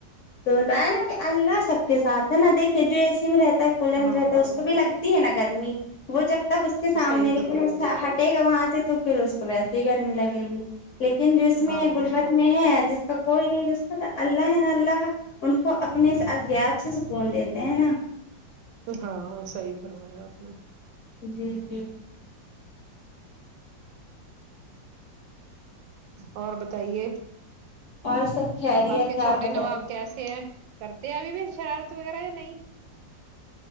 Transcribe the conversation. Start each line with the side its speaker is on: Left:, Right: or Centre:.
Left: تو بتایا نا کہ اللہ سب کے ساتھ ہے نا دیکھیے جو اسی میں رہتا ہے کولر
Right: ہاں
Left: میں رہتا ہے اس میں بھی لگتی ہے نا گرمی وہ جب تک اس کے سامنے
Right: صحیح
Left: لیکن
Right: فرمایا
Left: ہٹے گا وہاں سے تو پھر اس کو ویسے ہی گرمی لگے گی لیکن جو
Right: آپ،
Left: اس میں
Right: ہاں
Left: ہے غربت میں ہے جس کا کوئی نہیں اس کا تو اللہ ہے نا اللہ ان کو اپنے اذگیاب سے سکون دیتے ہیں نا
Right: ہاں صحیح فرمایا آپ نے
Left: جی جی
Right: اور بتائیے
Left: اور سب خیریت
Right: کے
Left: ہے آپ
Right: چھوٹے
Left: بتائیے
Right: نواب کیسے کرتے ہیں ابھی بھی شرارت وغیرہ یا نہیں